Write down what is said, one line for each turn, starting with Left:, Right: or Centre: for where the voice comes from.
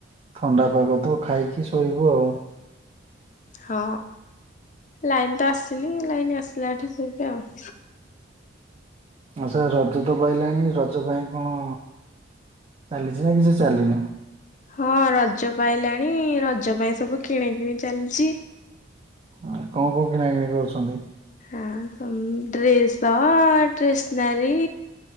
Right: ଥଣ୍ଡା ପାଗ ତ ଖାଇକି ଶୋଇବୁ ଆଉ।
Left: ହଁ ଲାଇନ୍ ତ ଆସିନି ଲାଇନ ଆସିଲା ଏଠି ଶୋଇବେ ଆଉ।
Right: ହଁ ସେଇ ରଜ ତ ପାଇଲାଣି ରଜ ପାଇଁ କଣ ଚାଲିଛି ନା କିଛି ଚାଲିନି?
Left: ହଁ ରଜ ପାଇଲାଣି ରଜ ପାଇଁ ସବୁ କିଣା କିିଣି ଚାଲିଚି।
Right: ହଁ କଣ କଣ କିଣା କିିଣି କରୁଛନ୍ତି?
Left: ଆ ଉମ୍ ଡ୍ରେସ ଟେସନାରୀ।